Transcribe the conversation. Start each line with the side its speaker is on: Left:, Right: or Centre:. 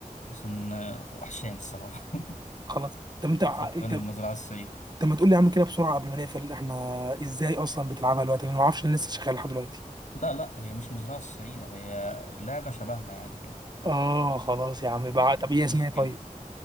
Left: عشان آه، وحشاني الصراحه <laughs>
Right: خلاص طب انت ع-
Left: بتفكرني
Right: انت
Left: بالمزرعه السعيده
Right: طب ما تقول لي يا عم كده بسرعه قبل ما نقفل احنا ازاي اصلا بتلعبها دلوقتي لان ما اعرفش انا لسه شغال لحد دلوقتي
Left: لا لا هي مش المزرعه السعيده هي لعبه شبهها يعني كده
Right: اه خلاص يا عم بقى
Left: م-
Right: طب ايه اسمها
Left: مش
Right: إيه
Left: كده
Right: طيب